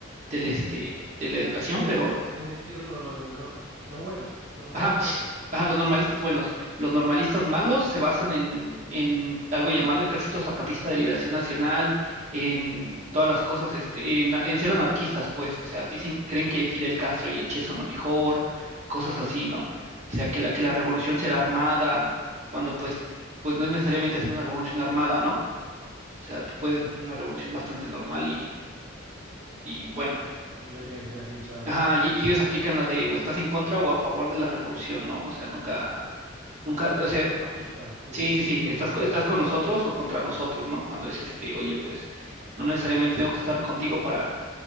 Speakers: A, on the right (about 35°); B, on the right (about 75°).
A: del, este, de la educación,
B: Es,
A: pero
B: dec- es decir, lo- los, nor- los buenos, los normalistas
A: Ajá,
B: buenos.
A: ajá, los normalistas buenos. Los normalistas malos se basan en, en algo llamado Ejército Zapatista de Liberación Nacional, en todas las cosas, este, en, en ser anarquistas, pues, o sea, dicen, creen que Fidel Castro y el Che son lo mejor, cosas así, ¿no? O sea, que la, que la revolución
B: Sí.
A: será armada, cuando pues, pues no es necesariamente hacer una revolución armada, ¿no? O sea, tú puedes hacer una revolución bastante normal y, y bueno.
B: Y no tiene que ser así, claro.
A: Ajá, y, y ellos aplican la de o estás en contra o a favor de la revolución, ¿no? O sea, nunca, nunca,
B: Corte
A: o
B: súper
A: sea,
B: fascista. Sí,
A: sí,
B: sí, sí,
A: sí, sí,
B: súper
A: estás,
B: fascista.
A: co- estás con nosotros o contra nosotros, ¿no? Cuando es este, oye, pues no necesariamente tengo que estar contigo para,